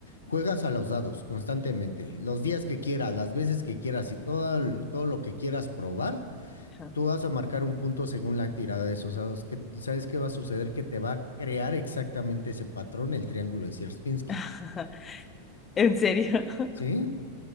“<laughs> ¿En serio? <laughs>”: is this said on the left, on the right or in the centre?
Left